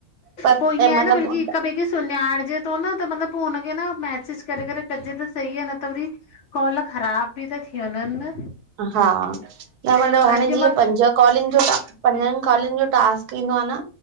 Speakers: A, on the right (about 80°); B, on the left (about 65°).
A: पर
B: पो ईयं
A: ऐं मतिलबु
B: आ न बल्की हिक ॿे खे सुॾाणिजे थो न त मतिलब पो हुनखे न मैसेज करे करे कजे त सही आहे न त वरी कॉल ख़राब भी ता थी वञन न?
A: हा, न मतलब हाणे
B: अॼु
A: जीअं
B: मां
A: पंज कॉलिंग जो टा, पंजनि कॉलिंग जो टास्क ईंदो आ न।